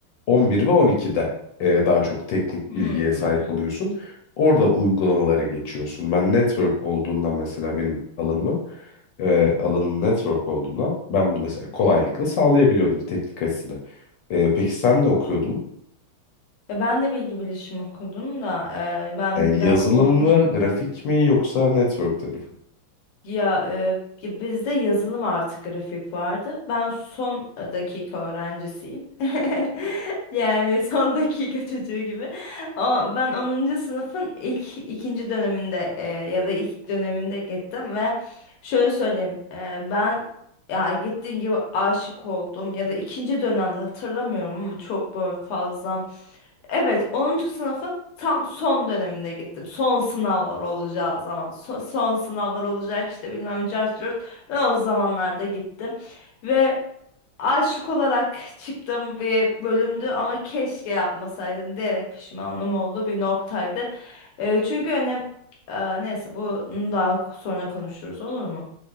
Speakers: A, on the left; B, on the left.
A: 11 ve 12'de e, daha çok teknik
B: Hmm.
A: bilgiye sahip oluyorsun. Orada uygulamalara geçiyorsun. Ben network olduğundan mesela benim alanımın e, alanım network olduğundan ben bunu mesela kolaylıkla sağlayabiliyordum teknik açısından. E, peki sen ne okuyordun?
B: Ya ben de bilgi bilişim okudum da e, ben
A: Ya yazılım
B: biraz onuncu
A: mı,
B: sınıf-
A: grafik mi yoksa network tarafı mı?
B: ya, e, ya bizde yazılım artı grafik vardı. Ben son dakika öğrencisiyim. <laughs> Yani son dakika çocuğu gibi. O, ben onuncu sınıfın ilk ikinci döneminde e, ya da ilk döneminde gittim ve şöyle söyleyeyim e, ben ya gittiğim gibi aşık oldum ya da ikinci dönemde hatırlamıyorum ama çok böyle fazla. Evet, onuncu sınıfın tam son döneminde gittim. Son sınavlar olacağı zaman, so- son sınavlar olacak işte bilmem cart curt. Ben o zamanlarda gittim ve aşık olarak çıktığım bir bölümdü ama keşke yapmasaydım diyerek pişmanlığım oldu bir noktaydı. Ee, çünkü önem Ee, neyse bunu daha sonra konuşuruz olur mu?